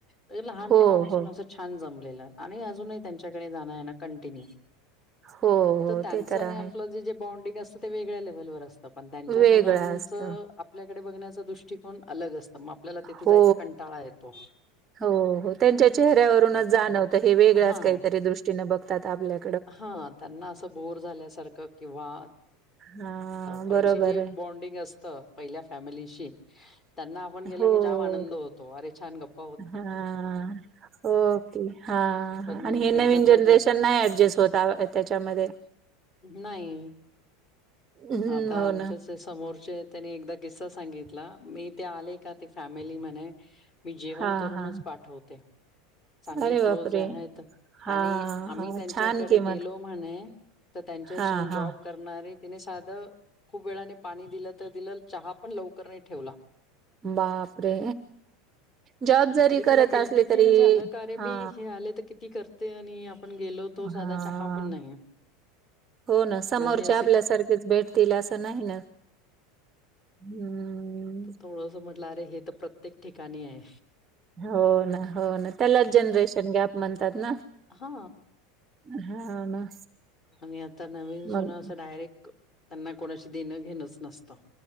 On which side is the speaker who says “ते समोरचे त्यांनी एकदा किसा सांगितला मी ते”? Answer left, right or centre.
Left